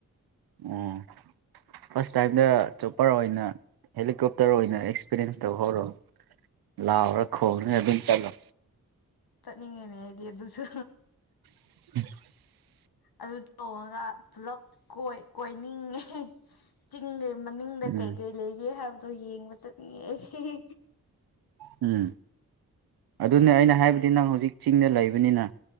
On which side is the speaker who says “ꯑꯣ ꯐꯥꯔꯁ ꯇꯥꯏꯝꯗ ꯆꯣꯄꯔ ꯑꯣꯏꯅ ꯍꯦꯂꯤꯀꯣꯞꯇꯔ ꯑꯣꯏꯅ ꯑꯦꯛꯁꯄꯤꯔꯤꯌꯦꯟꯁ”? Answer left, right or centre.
Right